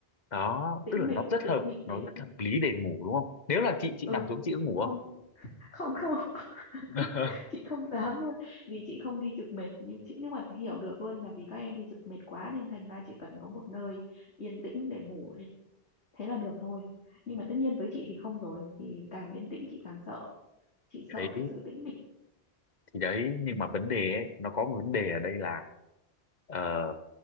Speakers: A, on the left; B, on the left.
A: đó
B: tĩnh
A: tức là
B: mịch
A: nó rất
B: tĩnh
A: hợp
B: mịch đến
A: nó rất hợp lý để ngủ đúng không nếu là chị chị
B: ừ
A: nằm xuống chị có ngủ
B: không
A: không
B: không không <laughs>
A: <laughs>
B: chị không dám luôn vì chị không đi trực mệt nhưng chị nhưng mà hiểu được luôn là vì các em đi trực mệt quá nên thành ra chỉ cần có một nơi yên tĩnh để ngủ thế là được thôi nhưng mà tất nhiên với chị thì không rồi thì càng yên tĩnh chị càng sợ chị
A: đấy
B: sợ cái sự tĩnh mịch
A: thì đấy nhưng
B: ừ,
A: mà vấn đề ấy, nó có một vấn đề ở đây là ờ,